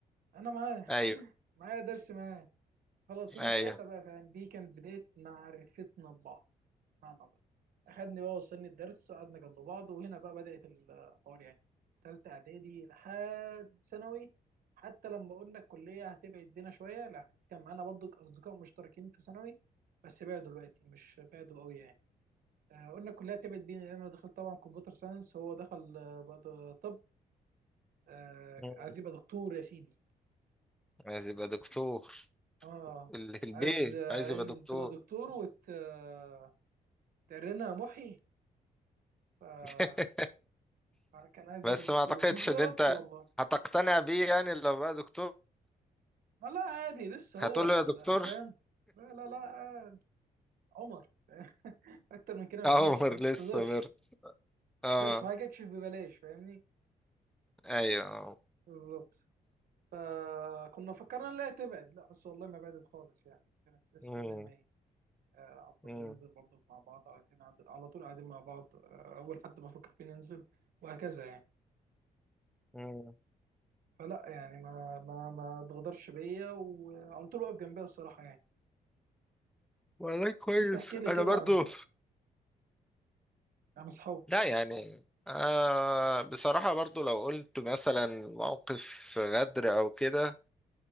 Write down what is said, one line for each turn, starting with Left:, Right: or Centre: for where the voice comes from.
Right: انا معاه
Centre: ايوه
Right: معايا درس معاه خلصوني
Centre: ايوه
Right: ساعتها بقى فاهم دي كانت بدايه معرفتنا ببعض معنى الله اخدني بقى وصلني الدرس قعدنا جنب بعض وهنا بقى بدأت الحوار يعني تالتة اعدادي لحد ثانوي حتى لما قلنا الكلية هتبعد بينا شوية لا كان معانا برضو اصدقاء مشتركين في ثانوي بس بعدوا دلوقتي مش بعدوا قوي يعني آه، قلنا الكلية هتبعد بينا لأن انا دخلت طبعا كمبيوتر ساينس هو دخل آه، بقى طب آه،
Centre: مم.
Right: عايز يبقى دكتور يا سيدي
Centre: عايز يبقى دكتور
Right: اه
Centre: ال- البيه
Right: عايز عايز
Centre: عايز يبقى دكتور
Right: تبقى دكتور وت آه، تقرنا يا محي ف
Centre: <laughs>
Right: كان عايز
Centre: بس
Right: يبقى دكتور
Centre: ما اعتقدش
Right: ومش بإرادته
Centre: ان انت
Right: والله
Centre: هتقتنع بيه يعني لو بقى دكتور
Right: آه لا عادي لسه هو
Centre: هتقول
Right: ال-
Centre: له يا دكتور
Right: فاهم لا لا لا عادي. عمر اكتر من كده
Centre: <laughs>
Right: مفيش
Centre: عمر
Right: ما
Centre: لسه
Right: يستظهرش
Centre: برد اه
Right: ما يستظهرش وهاجي اكشف ببلاش فاهمني
Centre: ايوه آه.
Right: بالظبط فكنا فكرنا ان لا تبعد لا بس والله ما بعدت خالص يعني كانت لسه
Centre: مم،
Right: زي ما هي آه، على طول
Centre: مم،
Right: بننزل برضه مع بعض على طول قاعد- على طول قاعدين مع بعض آه، اول حد بفكر فيه ننزل وهكذا يعني
Centre: مم.
Right: فلا يعني ما ما ما اتغدرش بيا وعلى طول واقف جنبي الصراحه يعني
Centre: والله كويس
Right: انت احكي لي
Centre: انا
Right: كده
Centre: برضو
Right: عن عن اصحابك
Centre: لا يعني آه بصراحة برضو لو قلت مثلا موقف غدر او كده